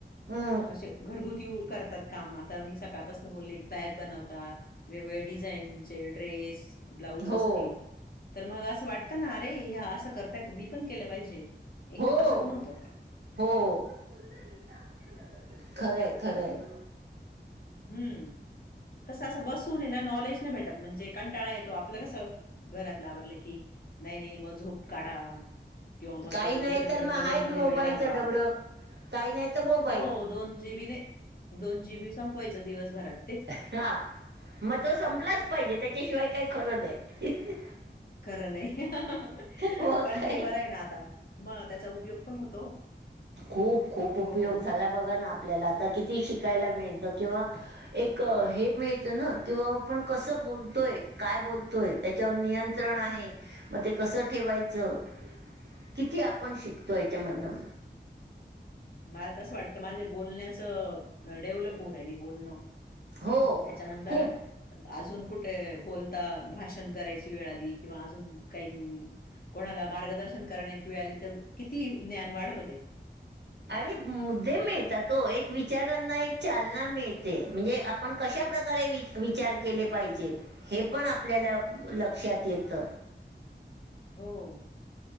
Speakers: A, on the right; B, on the left.
A: हम्म
B: असे घरगुती येऊन करतात. कामं आतां मी सकाळपासून बोलले ऐक बॅग बनवतात. वेगवेगळ्याअ डिझाईनचे ड्रेसं ब्लाऊजं
A: हो
B: असतील तरं मग असं वाटतं नां अरे अह्या असं करता येत तर मी पणं केलं पाहिजे. एक
A: हॊ.
B: असं पण होतं
A: हो <unintelligible> खर् हायं खर् हायं.
B: हम्म कसं असं बसून ये नां नॉलेज नाही भेटतं म्हणजे कंटाळा येतो आपलं कसं घरातलं आवरलं कीं नाही-नाही मगं झोप काढा. किंवा अ मगं
A: काही नाही
B: इकडेतिकडे
A: तर मग
B: मोबाईल
A: हायच
B: मध्ये
A: मोबाईलच
B: वेळ घालवा.
A: डबडं काही नाही तर मोबाईल
B: होवअ दोन जी. बी नाही, दोन जी. बी संपवायचं दिवसभरातं.
A: अंहां मगं तो संपलाचं पाहिजे त्याच्याशिवाय काई खरंनाही. <inaudible>
B: खरं नाही <unintelligible>
A: मग
B: पणं
A: काय
B: हे बरं आहे नां आता. मगं पण त्याचा उपयोग पण होतो.
A: खूपं- खूपं उपयोग
B: हो.
A: झाला. बघा नां आपल्याला आतां किती शिकायला मिळेलं किंवाअ एकं हे मिळत नां कि बाबा आपण कसं बोलतोयं काय बोलतोयं. त्याच्यावर नियंत्रण आहे मग ते कसं ठेवायचं. किती आपण शिकतो याच्यामधनं.
B: मला तसं वाटतं माझे बोलण्याचअ डेव्हलप होऊन राहिली बोलणं.
A: हो
B: त्याच्यानंतर
A: खूप
B: अं अजुन कुठे बोलता भाषण करायची वेळ आली किंवा अजुन काही म्हणु कोणाला मार्गदर्शन करण्याची वेळ आली तर किती ज्ञान वाढत ते
A: अरे मुद्दे मिळतात ओ एक विचारांना एक चालना मिळते म्हणजे आप आपण कशा प्रकारे विचार केले पाहिजेत हे पण आपल्याला लक्षात येत
B: होव